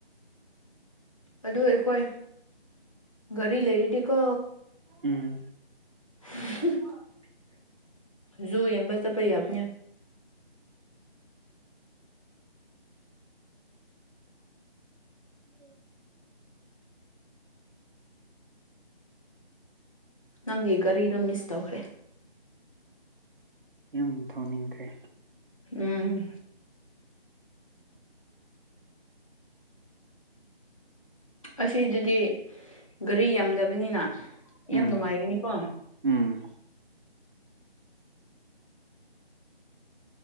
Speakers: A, on the left (about 35°); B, on the right (about 55°).
A: ꯑꯗꯨ ꯑꯩꯈꯣꯏ ꯒꯥꯔꯤ ꯂꯩꯔꯤꯗꯤꯀꯣ
B: ꯎꯝ
A: <unintelligible> ꯖꯨꯨ ꯌꯦꯡꯕ ꯆꯠꯄ ꯌꯥꯕꯅꯦ
B: ꯎꯝ
A: ꯅꯪꯒꯤ ꯒꯥꯔꯤꯗ ꯃꯤꯁ ꯇꯧꯈ꯭ꯔꯦ
B: ꯌꯨꯝ ꯊꯧꯅꯤꯡꯈ꯭ꯔꯦ
A: ꯎꯝ ꯑꯁꯤꯗꯨꯗꯤ ꯒꯥꯔꯤ ꯌꯥꯝꯗꯕꯅꯤꯅ ꯌꯥꯝ
B: ꯎꯝ
A: ꯅꯨꯡꯉꯥꯏꯈꯤꯅꯤꯀꯣ
B: ꯎꯝ